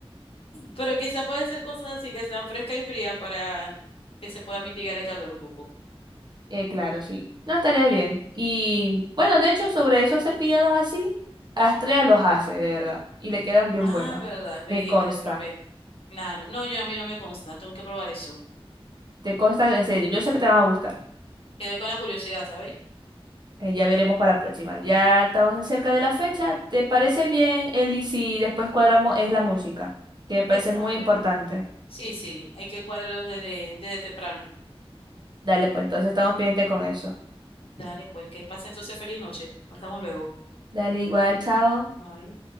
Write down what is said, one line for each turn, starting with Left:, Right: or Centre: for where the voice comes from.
Left: Pero quizás puede ser cosas así, que sea fresca y fría para que se pueda mitigar el calor un poco.
Right: Eh, claro, sí. No estaría bien. Y bueno, de hecho, sobre esos cepillados así, Astrea los hace, de verdad. Y le quedan bien
Left: Ah,
Right: buenos.
Left: verdad, me
Right: Me
Left: dijiste
Right: consta.
Left: de frappé. Claro. No, yo a mí no me consta, tengo que probar eso.
Right: Te consta, en serio, yo sé que te van a gustar.
Left: Quedé con la curiosidad, ¿sabéis?
Right: Eh, ya veremos para la próxima. Ya estamos cerca de la fecha. ¿Te parece bien, Eli, si después cuadramos es la música? Que me parece
Left: Está
Right: muy
Left: muy
Right: importante.
Left: bien. Sí, sí, hay que cuadrarlos desde, desde temprano.
Right: Dale, pues entonces estamos pendientes con eso.
Left: Dale, pues que pase entonces feliz noche. Nos vemos luego.
Right: Dale igual, chao.
Left: Bye.